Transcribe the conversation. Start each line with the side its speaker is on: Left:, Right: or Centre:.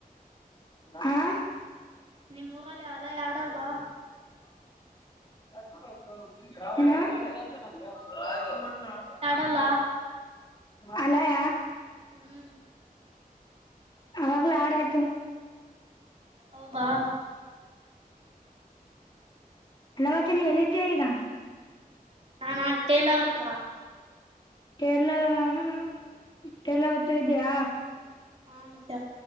Left: ಹ
Right: ನಿಮ್ಮ ಊರಲ್ಲಿ ಅಲೆ ಆಡಲ್ವಾ
Left: ಏನು <unintelligible>
Right: ಅಡಲ್ವಾ
Left: ಆಲಯ
Right: ಹ್ಮ್
Left: ಅವಾಗ್ಲ ಆಡಿ ಆಯ್ತು
Right: ಹೌದಾ
Left: ಅವತ್ತೆ ನೀ ಎಲ್ಲಿದ್ದೀ ಈಗ
Right: ನಾನು ಟೈಲರ್ ಹತ್ತಿರ
Left: ಟೈಲರ್ ಹತ್ತಿರ ಇದ್ದೀಯ
Right: ಹಾ ಮಚ್ಚ